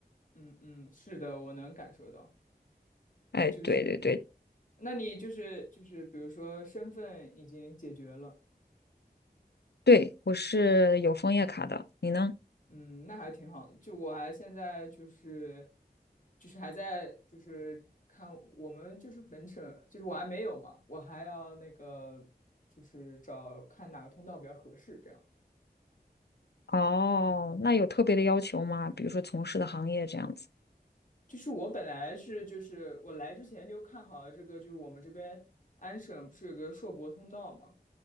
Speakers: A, on the left (about 50°); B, on the left (about 80°).
A: 嗯嗯，是的，我能感受到，
B: 哎，
A: 就是，
B: 对对对
A: 那你就是就是，比如说身份已经解决了，
B: 对，我是有枫叶卡的，你呢？
A: 嗯，那还挺好的。就我还现在就是就是还在就是看我们就是本省，就是我还没有嘛，我还要那个就是找看哪个通道比较合适，这样。
B: 哦，那有特别的要求吗？比如说从事的行业这样子？
A: 就是我本来是就是我来之前就看好了这个，就是我们这边安省不是有个硕博通道嘛？